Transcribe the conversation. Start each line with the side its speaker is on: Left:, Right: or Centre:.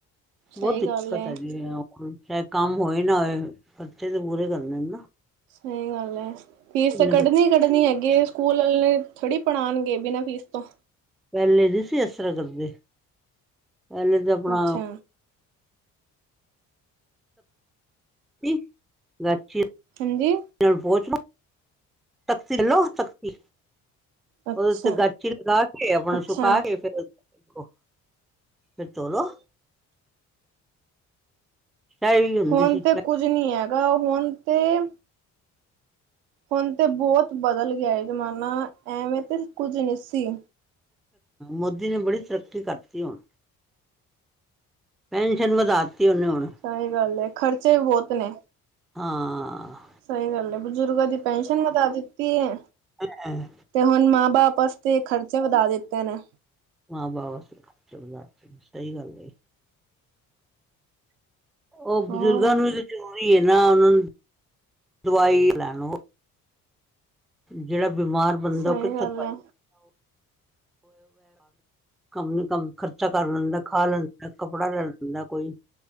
Centre: ਬੋ
Right: ਸਹੀ
Centre: ਦਿੱਕਤ
Right: ਗੱਲ ਹੈ
Centre: ਹੈਗੀ ਏ, ਅ ਚਾਹੇ ਕੰਮ ਹੋਏ ਨਾ ਹੋਏ, ਖਰਚੇ ਤੇ ਪੂਰੇ ਕਰਨੇ ਨਾ।
Right: ਸਹੀ ਗੱਲ ਐ, ਫੀਸ
Centre: ਇੰਨੇ
Right: ਤੇ ਕੱਢਣੀ
Centre: ਖਰਚੇ
Right: ਕੱਢਣੀ ਹੈਗੀ ਏ, ਸਕੂਲ ਵਾਲੇ ਥੋੜ੍ਹੀ ਪੜ੍ਹਾਣਗੇ ਬਿਨਾਂ ਫੀਸ ਤੋਂ।
Centre: ਪਹਿਲੇ ਨੀ ਸੀ ਐਸਰਾ ਕਰਦੇ, ਪਹਿਲੇ ਤੇ ਅਪਣਾ
Right: ਅੱਛਾ
Centre: ਪੀ, ਗਾਚੀ
Right: ਹਂਜੀ?
Centre: ਏਨਾਂ ਨੂੰ ਪੋਚਣਾ ਤਖਤੀ ਲੋ ਤਖਤੀ,
Right: ਅੱਛਾ
Centre: ਔਦੇ ਤੇ ਗਾਚੀ ਲਗਾ ਕੇ ਅਪਣਾ
Right: ਅੱਛਾ
Centre: ਸੁਕਾ ਕੇ ਫੇਰ ਖੋ, ਫੇਰ ਧੋਲੋ। ਚਾਹ ਵੀ ਹੁੰਦੀ
Right: ਹੋਣ
Centre: ਸੀ
Right: ਤੇ ਕੁੱਝ ਨੀ ਹੈਗਾ, ਹੋਣ ਤੇ ਹੁਣ ਤੇ ਬੋਤ ਬਦਲ ਗਿਆ ਐ ਜ਼ਮਾਨਾ, ਐਵੇਂ ਤੇ ਕੁੱਝ ਨੀ ਸੀ।
Centre: ਮੋਦੀ ਨੇ ਬੜੀ ਤਰੱਕੀ ਕਰਤੀ ਹੁਣ ਪੈਨਸ਼ਨ ਵਧਾਤੀ, ਉਹਨੇ ਹੁਣ
Right: ਸਹੀ ਗੱਲ ਏ, ਖਰਚੇ ਬਹੁਤ ਨੇ।
Centre: ਹਾਂ।
Right: ਸਹੀ ਗੱਲ ਹੈ, ਬਜ਼ੁਰਗਾਂ ਦੀ ਪੈਨਸ਼ਨ ਵਧ ਦਿੱਤੀ ਹੈ।
Centre: ਹਾਂ ਹ
Right: ਤੇ ਹੁਣ ਮਾਂ ਬਾਪ ਵਾਸਤੇ, ਖ਼ਰਚੇ ਵਧਾ ਦਿੱਤੇ ਨੇ।
Centre: ਮਾ ਬਾਪ ਵਾਸਤੇ ਖਰਚਾ ਵਧਾ ਦਿੱਤਾ, ਸਹੀ ਗੱਲ ਹੈ। ਉਹ ਬਜ਼ੁਰਗਾਂ
Right: ਹੋਰ
Centre: ਨੂੰ ਵੀ ਤਾਂ ਜ਼ਰੂਰੀ ਹੈ ਨਾ, ਉਹਨਾਂ ਨੂੰ ਦਵਾਈ ਲੈਣ ਜਿਹੜਾ ਬਿਮਾਰ ਬੰਦਾ,
Right: ਸਹੀ
Centre: ਉਹ ਕਿੱਥੇ
Right: ਗੱਲ ਹੈ
Centre: ਕੰਮ ਨੀ ਕੰਮ, ਖਰਚਾ ਕਰ ਲੈਂਦਾ, ਖਾ ਲੈਂਦਾ, ਕੱਪੜਾ ਲੈ ਲੈਂਦਾ ਕੋਈ